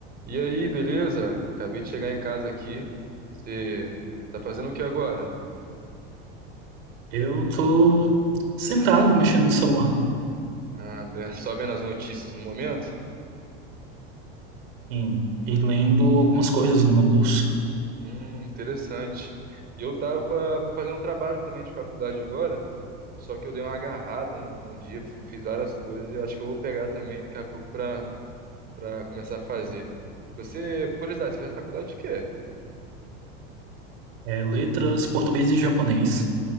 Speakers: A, on the right; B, on the right.
A: E aí, beleza? Acabei de chegar em casa aqui. Você tá fazendo o que agora?
B: Eu tô sentado mexendo no celular,
A: Ah, né, <laughs> só vendo as notícias no momento?
B: sim, e lendo algumas coisas no meu curso.
A: Hum, interessante. E eu tava pra pra fazer um trabalho também de faculdade agora, só que eu dei uma agarrada no, no dia, f- fiz várias coisas e eu acho que eu vou pegar também daqui a pouco pra, pra começar a fazer. Você, por curiosidade, você faz faculdade de quê?
B: É, letras, português e japonês.